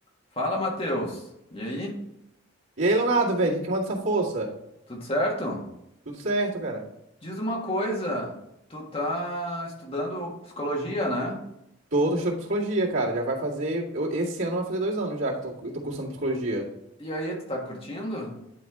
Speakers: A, on the left; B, on the right.
A: Fala, Matheus. E aí?
B: E aí, Leonardo, velho, o que que manda essa força?
A: Tudo certo?
B: Tudo certo, cara.
A: Diz uma coisa, tu tá estudando psicologia, né?
B: Tô, tô estudando psicologia, cara. Já vai fazer. eu- esse ano vai fazer dois anos já que eu tô, eu tô cursando psicologia.
A: E aí, tu tá curtindo?